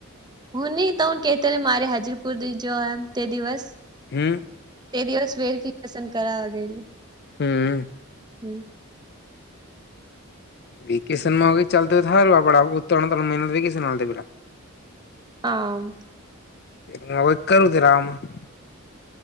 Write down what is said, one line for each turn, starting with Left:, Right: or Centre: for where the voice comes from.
Right: હું નહી તો હું કેતોને મારી હાજરી પુર દઈજો એમ તે દિવસ
Left: હમ
Right: તે દિવસ વેરિફિકેશન કરાવવા ગઈતી
Left: હમ
Right: હમ
Left: વેકેસનમાં આવી રીતે ચાલતા થાય આપડા <unintelligible> પેલા
Right: હ
Left: ના હોય તો કરુ <unintelligible>